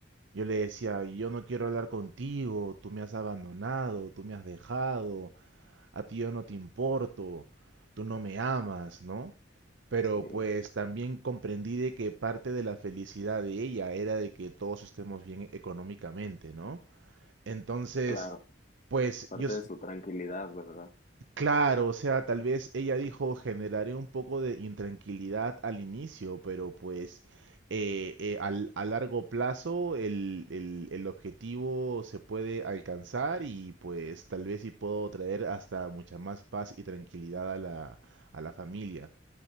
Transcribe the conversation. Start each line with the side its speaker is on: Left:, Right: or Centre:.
Right: yo le decía, yo no quiero hablar contigo, tú me has abandonado, tú me has dejado, a ti yo no te importo, tú no me amas, ¿no? Pero
Left: sí,
Right: pues también comprendí de que parte de la felicidad de ella era de que todos estemos bien económicamente, ¿no? Entonces,
Left: claro,
Right: pues
Left: parte
Right: yo,
Left: de su tranquilidad, ¿verdad?
Right: Claro, o sea, tal vez ella dijo, generaré un poco de intranquilidad al inicio, pero pues eh, eh, al- a largo plazo el, el- el objetivo se puede alcanzar y pues tal vez sí puedo traer hasta mucha más paz y tranquilidad a la, a la familia.